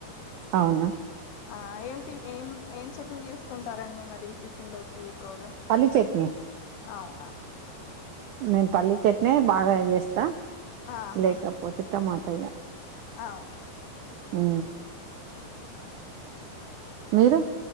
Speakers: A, on the right; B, on the left.
A: అవునా
B: ఆ ఏం ఏం ఏం చట్నీ చేసుకుంటారండి మరి టిఫిన్ లో ఏ కువగా
A: పల్లీ చట్నీ
B: అవునా
A: నేను పల్లి చట్నీ బాగా చేస్తా
B: ఆహా
A: లేకపోతే టమాట ఏయ్య
B: అవునా
A: హ్
B: ఆహా
A: మీరు